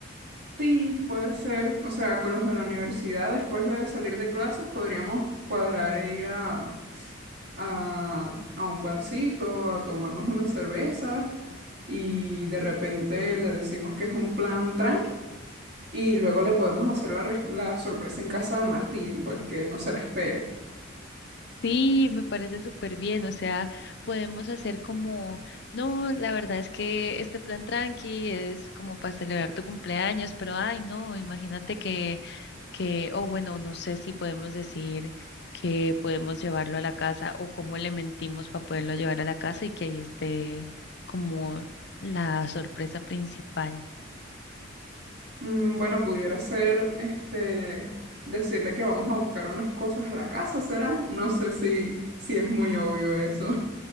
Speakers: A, on the right; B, on the left.
A: Sí, puede ser. O sea, con los de la universidad, después de salir de clases, podríamos cuadrar e ir a a, a un barcito, a tomarnos unas cervezas y de repente le decimos que es un plan tranqui y luego le podemos hacer la, res- la sorpresa en casa de Martín, pues que él no se la espere.
B: Sí, me parece súper bien, o sea, podemos hacer como, no, la verdad es que este plan tranqui es como para celebrar tu cumpleaños, pero ay, no, imagínate que, que, o bueno, no sé si podemos decir que podemos llevarlo a la casa o cómo le mentimos para poderlo llevar a la casa y que ahí esté como la sorpresa principal.
A: Mm, bueno, pudiera ser este, decirle que vamos a buscar unas cosas a la casa, ¿será? No sé si, si es muy obvio eso.